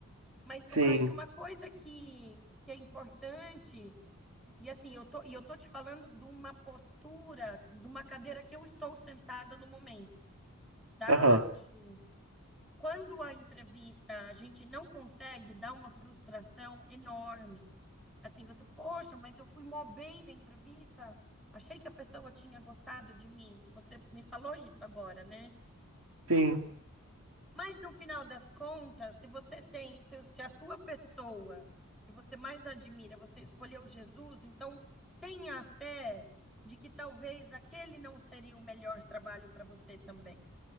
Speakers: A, in the centre; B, on the right.
A: Mas
B: sim,
A: eu acho que uma coisa que, que é importante, e assim, eu tô, e eu tô te falando de uma postura, de uma cadeira que eu estou sentada no momento, tá?
B: aham,
A: Assim, quando a entrevista a gente não consegue, dá uma frustração enorme. Assim, você, poxa, mas eu fui mó bem na entrevista, achei que a pessoa tinha gostado de mim, que você me falou isso agora, né?
B: sim,
A: Mas no final das contas, se você tem, se se a sua pessoa que você mais admira, você escolheu Jesus, então tenha a fé de que talvez aquele não seria o melhor trabalho para você também.